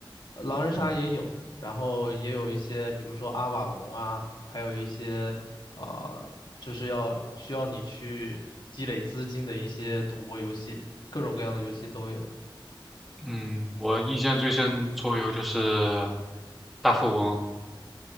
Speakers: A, on the left; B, in the centre.
A: 呃狼人杀也有，然后也有一些，比如说阿瓦隆啊，还有一些呃，就是要需要你去积累资金的一些赌博游戏，各种各样的游戏都有。
B: 嗯，我印象最深桌游就是大富翁。